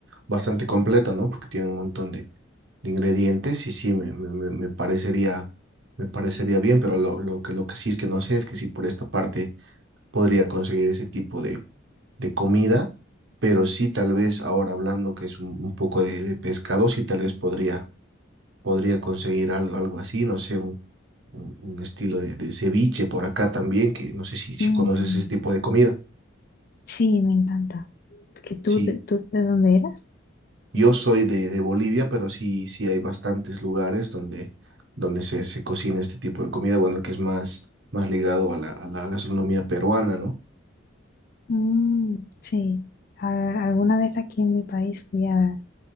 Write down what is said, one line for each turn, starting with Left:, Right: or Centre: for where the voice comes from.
Right: bastante completa, ¿no? Porque tiene un montón de, de ingredientes y sí, me, me, me me parecería, me parecería bien, pero lo, lo que, lo que sí es que no sé es que si por esta parte podría conseguir ese tipo de, de comida, pero sí tal vez ahora hablando que es un, un poco de, de pescado, sí tal vez podría, podría conseguir algo, algo así, no sé, un, un, un estilo de, de ceviche por acá también, que no sé si, si
Left: Mm,
Right: conoces ese tipo de comida.
Left: sí, me encanta. ¿Que tú,
Right: Sí,
Left: de- tú de dónde eras?
Right: yo soy de, de Bolivia, pero sí, sí hay bastantes lugares donde, donde se, se cocina este tipo de comida, bueno, que es más, más ligado a la, a la gastronomía peruana, ¿no?
Left: Mm, sí, A- alguna vez aquí en mi país fui a